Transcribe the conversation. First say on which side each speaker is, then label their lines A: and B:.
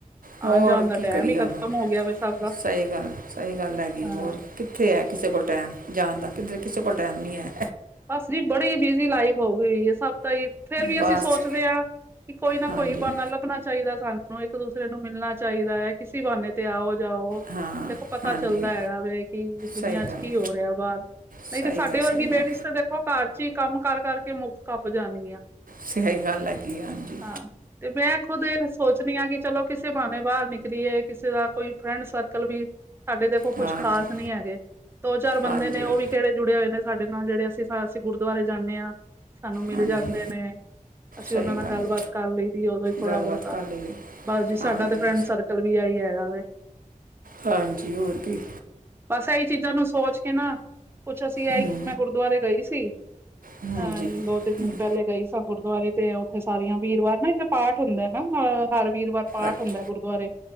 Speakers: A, on the right; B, on the right.
A: ਹੋਰ
B: ਆਣ ਜਾਣ ਦਾ
A: ਕੀ
B: ਟੈਮ
A: ਕਰੀਏ
B: ਹੀ ਖਤਮ
A: ਹੁਨ,
B: ਹੋ ਗਿਆ ਵੇ ਸਭ ਦਾ
A: ਸਈ ਗਾੱਲ ਐ, ਸਈ ਗਾੱਲ ਹੈਗੀ ਏ,
B: ਹਾਂ।
A: ਹੋਰ ਕਿੱਥੇ ਐ ਕਿਸੇ ਕੋਲ ਟੈਮ ਜਾਨ ਦਾ, ਕਿੱਧਰ ਕਿਸੇ ਕੋਲ ਟਾਈਮ ਨੀ ਐ।
B: ਬਾੱਸ ਜੀ ਬੜੀ ਬਿਜੀ ਲਾਈਫ ਹੋਗੀ ਹੋਈ ਏ, ਸਬ ਦਾ ਈ ਫੇਰ ਵੀ
A: ਬਸ
B: ਅਸੀ ਸੋਚਦੇ ਆਂ ਕਿ ਕੋਈ ਨਾ
A: ਹਾਂਜੀ
B: ਕੋਈ ਬਾਨਾ ਲੱਭਨਾ ਚਾਹੀਦੈ ਸਾਨੂੰ, ਇੱਕ ਦੂਸਰੇ ਨੂੰ ਮਿਲਨਾ ਚਾਹੀਦੈ। ਕਿਸੀ ਬਾਨੇ ਤੇ ਆਓ, ਜਾਓ
A: ਹਾਂ
B: ਦੇਖੋ ਪਤਾ
A: ਹਾਂਜੀ
B: ਚੱਲਦਾ ਹੈਗਾ ਵੇ ਕਿ ਦੁਨੀਆਂ
A: ਸਹੀ
B: ਚ
A: ਗੱਲ
B: ਕੀ ਹੋ ਰੇਆ ਬਾਰ,
A: ਸਹੀ
B: ਨਈ ਤੇ ਸਾਡੇ
A: ਗੱਲ ਸਹੀ
B: ਵਰਗੀ ਲੇਡੀਜ਼
A: ਗੱਲ
B: ਤੇ ਦੇਖੋ ਘਰ ਚ ਈ ਕੰਮ ਕੱਰ ਕੱਰਕੇ ਮੁੱਕ ਕੱਪ ਜਾਨ ਗਿਆਂ।
A: ਸਹੀ ਗੱਲ ਹੈਗੀ ਆ, ਹਾਂਜੀ
B: ਹਾਂ, ਤੇ ਮੈਂ ਖੁੱਦ ਏ ਸੋਚਨੀ ਆਂ ਕਿ ਚਲੋ ਕਿਸੇ ਬਾਨੇ ਬਾਰ ਨਿਕਲ ਨਿਕਲਿਏ, ਕਿਸੇ ਦਾ ਕੋਈ ਫਰੈਂਡ ਸਰਕਲ ਵੀ ਸਾਡੇ ਦੇਖੋ ਕੁੱਛ
A: ਹਾਂਜੀ
B: ਖਾਸ ਨੀ ਹੈਗੇ, ਦੋ ਚਾਰ
A: ਹਾਂਜੀ
B: ਬੰਦੇ ਨੇ ਓ ਵੀ ਕੇੜੇ ਜੁੜੇ ਹੋਏ ਨੇ ਸਾਡੇ ਨਾਲ, ਜੇੜੇ ਤੇ ਅਸੀ ਗੁਰਦੁਆਰੇ ਜਾਂਨੇ ਆਂ ਸਾਨੂੰ ਮਿਲ
A: ਹਾਂਜੀ
B: ਜਾਂਦੇ ਨੇ, ਅਸੀ
A: ਸਹੀ
B: ਓਨਾਂ ਨਾਲ
A: ਗੱਲ
B: ਗਾੱਲਬਾਤ
A: ਹੈ।
B: ਕਰ ਲਈਦੀ ਓਦੋਂ ਈ ਥੋੜਾ
A: ਗੱਲਬਾਤ
B: ਬੋਤਾਂ
A: ਕਰ ਲਈਏ
B: ਬਾੱਸ ਜੀ ਸਾਡਾ
A: ਹਾਂਜੀ
B: ਤੇ ਫਰੈਂਡ ਸਰਕਲ ਵੀ ਐਈ ਹੈਗਾ ਵੇ।
A: ਹਾਂਜੀ, ਹੋਰ ਕੀ
B: ਬਾੱਸ ਐਈ ਚੀਜ਼ਾਂ ਨੂੰ ਸੋਚ ਕੇ ਨਾ, ਕੁਛ ਅਸੀ ਐਈ
A: ਹੂੰ
B: ਮੈਂ ਗੁਰਦੁਆਰੇ ਗਈ ਸੀ
A: ਹੂੰ
B: ਹਾਂ,
A: ਜੀ
B: ਦੋ ਤਿੰਨ
A: ਹੂੰ,
B: ਦਿਨ ਪੈਲੇ ਗਈ ਸਾਂ ਗੁਰਦੁਆਰੇ, ਤੇ ਓਥੇ ਸਾਰੀਆਂ ਵੀਰਵਾਰ ਨਾ ਇੱਕ ਪਾਠ ਹੁੰਦੈ ਨਾ ਹਰ ਵੀਰਵਾਰ ਪਾਠ
A: ਅੱਛ-
B: ਹੁੰਦੈ ਗੁਰਦੁਆਰੇ